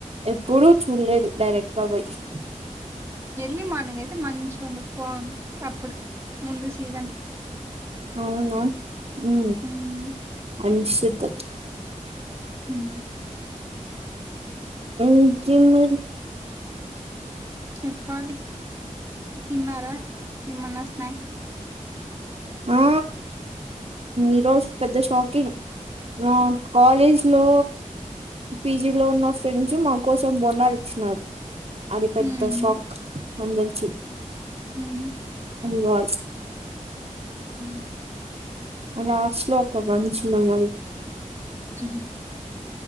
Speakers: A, on the right (about 50°); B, on the right (about 20°).
A: ఎప్పుడుూ చూడలేదు డైరెక్ట్ గా పోయి
B: ఎర్లి మార్నింగ్ అయితే మంచి అంది పోవంది అప్పుడు ముందు సీజన్
A: అవునా హ
B: హ్మ్
A: అనిశుద్ధ
B: హ్మ్
A: అ క న
B: చెప్పది తిన్నారా నిమన్నా స్నాక్స్ అ
A: ఆ ఈరోజు పెద్ద షాకింగ్ ఆ కాలేజ్ లో పీజిలో ఉన్న ఫ్రెండ్స్ మా కోసం బొండాలు ఇచ్చినారు అది పెద్ద
B: హ్మ్
A: షాక్ వందంచి
B: ఉహు,
A: వాయిస్ చ్
B: ఉహు.
A: అలా శ్లోకం మంచిన మరి
B: చుహ్